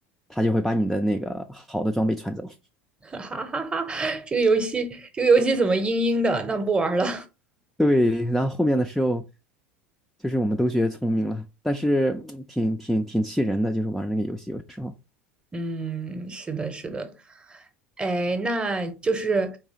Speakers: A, in the centre; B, on the right.
A: 他就会把你的那个好的装备穿走。<laughs>
B: <laughs> 哈哈哈哈，这个游戏这个游戏怎么阴阴的？那不玩了，
A: 对，然后后面的时候就是我们都学聪明了，但是 <tsk> 嗯挺挺挺气人的，就是玩那个游戏有时候。
B: <laughs> 嗯，是的，是的，哎，那就是